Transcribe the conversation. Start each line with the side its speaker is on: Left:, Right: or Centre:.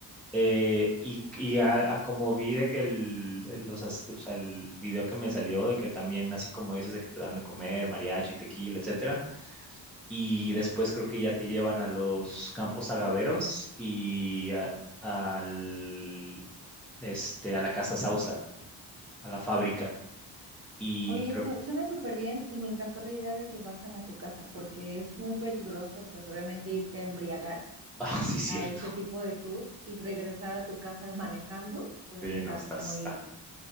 Centre: Eh, y y a, a como vi de que el, el- los as- o sea, el video que me salió de que también, así como dices, de que te dan de comer mariachi, tequila, etcétera, y después creo que ya te llevan a los campos agaveros y a, al, este, a la Casa Sausa, a la fábrica, y
Right: Oye,
Centre: creo,
Right: esto
Centre: <laughs>
Right: suena súper bien y me encantó la idea de que pasan a tu casa, porque es muy peligroso, pues obviamente irte a embriagar
Centre: ah, sí, cierto,
Right: a ese tipo de tours y regresar a tu casa manejando,
Centre: sí,
Right: pues está
Centre: no, está,
Right: muy,
Centre: está